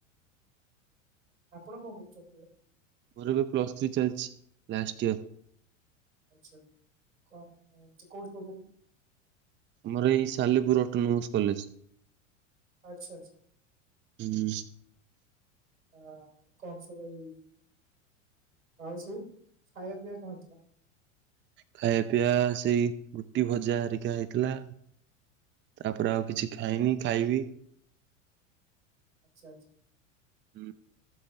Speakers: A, on the right (about 85°); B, on the right (about 30°).
A: ଆପଣ କଣ କରୁଛନ୍ତି? ଏ
B: ମୋର ଏବେ ପ୍ଲସ୍ ଥ୍ରୀ ଚାଲିଛି। Last year.
A: ଆଛା କଣ ମାନେ କୋଉଠି କରୁଛନ୍ତି?
B: ଆମର ଏଇ ସାଲେପୁର ଅଟନଉଚ କଲେଜ।
A: ଆଛା ଆଛା
B: ହୁଁ
A: ହା କଣ ସବୁ ଏଇ ଆଉ ସବୁ ଖାଇବା ପିଇବା କଣ ହେଇଥିଲା?
B: ଖାଇବା ପିଇବା ସେଇ ରୁଟି ଭଜା ହେରିକା ହେଇଥିଲା। ତାପରେ ଆଉ କିଛି ଖାଇନି ଖାଇବି।
A: ଆଛା ଆଛା।
B: ହୁଁ